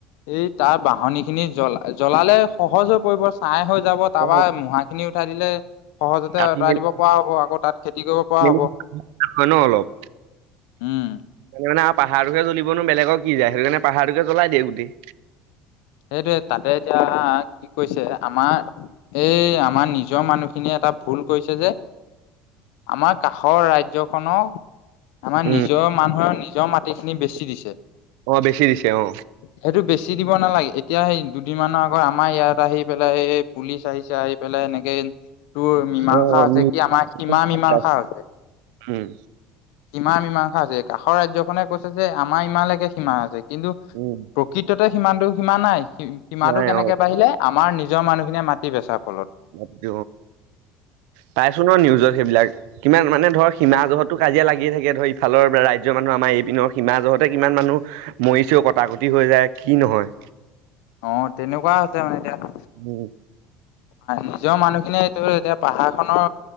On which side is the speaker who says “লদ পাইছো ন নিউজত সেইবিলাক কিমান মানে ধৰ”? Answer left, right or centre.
Right